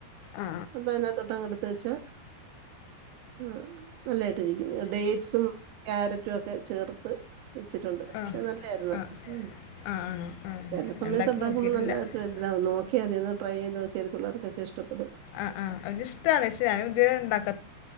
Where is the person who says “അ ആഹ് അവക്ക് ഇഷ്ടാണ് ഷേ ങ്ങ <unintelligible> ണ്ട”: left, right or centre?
Left